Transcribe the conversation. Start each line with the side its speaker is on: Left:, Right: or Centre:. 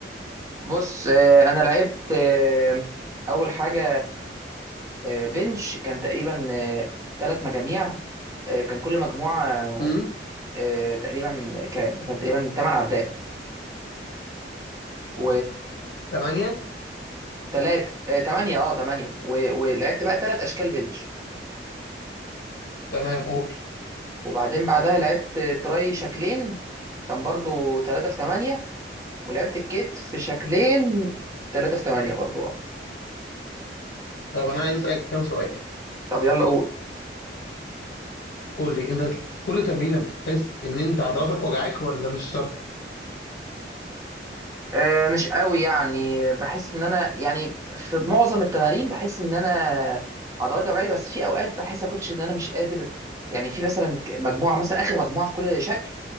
Right: بص آه، انا لعبت آه، اول حاجه آه، بنش كان تقريبا ثلاث مجاميع آه، كان كل مجموعه
Left: امم
Right: آه، تقريبا كام كان تقريبا 8 عدات و
Left: تمانية
Right: تلاتة آه، تمانية اه تمانية و... ولعبت بقى تلات أشكال بنش
Left: تمام قول
Right: وبعدين بعدها لعبت تراي شكلين كان برضو تلاتة في تمانية ولعبت الكيت في شكلين تلاتة في تمانية برضو اه
Left: طب أنا عايز أسألك كام سؤال
Right: طب يلا قول
Left: قول لي أنت كل تمرينة بتحس إن أنت عضلاتك وجعاك ولا مش شرط؟
Right: آه مش قوي يعني بحس إن أنا يعني في معظم التمارين بحس إن أنا عضلاتي وجعاني بس في أوقات بحس يا كوتش إن أنا مش قادر يعني في مثلا مجموعة مثلا آخر مجموعة في كل شكل